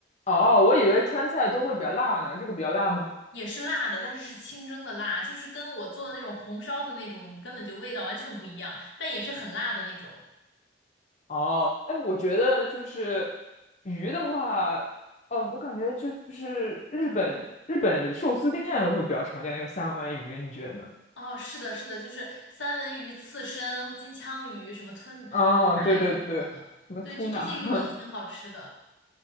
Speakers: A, on the left (about 40°); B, on the left (about 80°).
A: 哦，我以为川菜都会比较辣呢，这个比较辣吗？
B: 也是辣的，但是是清蒸的辣，就是跟我做的那种红烧的那种鱼根本就味道完全不一样，但也是很辣的那种。
A: 哦，哎，我觉得就是鱼的话，哦，我感觉就是日本日本寿司店会比较常见那个三文鱼，你觉得呢？
B: 哦，是的，是的，就是三文鱼、刺身、金枪鱼、什么吞吞拿鱼什么的，
A: 啊，对对对，什么
B: 对，
A: tuna
B: 这这些鱼都挺好吃的。
A: <laughs>